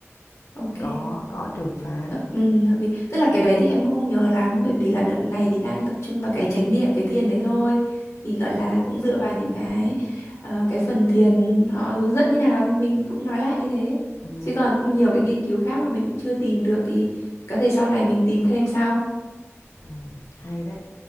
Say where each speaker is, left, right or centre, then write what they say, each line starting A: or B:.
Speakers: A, on the left; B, on the left.
A: ok.
B: có có trường phái
A: Hợp- Ừ, hợp lý. Tức là cái đấy thì em cũng không nhớ lắm bởi vì là đợt này thì đang tập trung vào cái chánh niệm, cái thiền đấy thôi. Thì gọi là cũng dựa vào những cái ờ, cái phần thiền họ hướng dẫn như nào thì mình cũng nói lại như thế.
B: ừ,
A: Chứ còn cũng nhiều cái nghiên cứu khác mà mình cũng chưa tìm được thì có thể sau này mình tìm thêm sau.
B: ừ, hay đấy